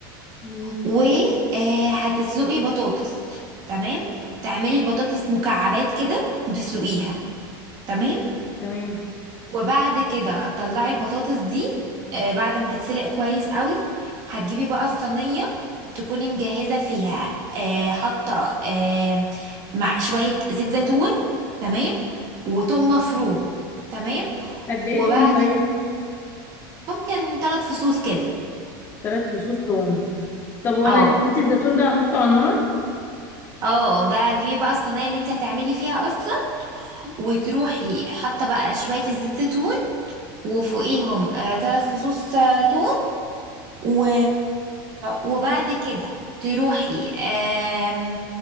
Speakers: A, on the left; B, on the right.
A: مم.
B: وهتسلقي بطاطس تمام تعملي البطاطس مكعبات كده وتسلقيها تمام
A: تمام
B: وبعد كده هتطلعي البطاطس دي آه، بعد ما تتسلق كويس قوي هتجيبي بقى الصينية تكوني مجهزة فيها آه، حاطة آه، مع شوية زيت زيتون تمام وتوم مفروم تمام
A: قد ايه
B: وبعد
A: توم طيب
B: كده ممكن ثلاث فصوص كده
A: ثلاث فصوص توم طب وانا
B: اه
A: نسيت الزيتون ده هحطه على النار
B: اه ده تجيبي بقى الصينية اللي انت هتعملي فيها اصلا وتروحي حاطة بقى شوية الزيت زيتون وفوقيهم ثلاث فصوص آه، توم و... وبعد كده تروحي آم،